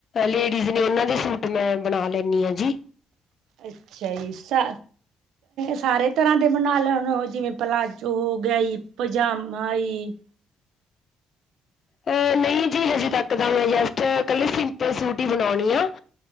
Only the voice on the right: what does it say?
ਅੱਛਾ ਜੀ। ਸਾ ਸਾਰੇ ਤਰ੍ਹਾਂ ਦੇ ਬਨਾ ਲੈਨੇ ਓ, ਜਿਵੇਂ ਪਲਾਜੋ ਹੋ ਗਿਆ ਈ, ਪਜਾਮਾ ਈ।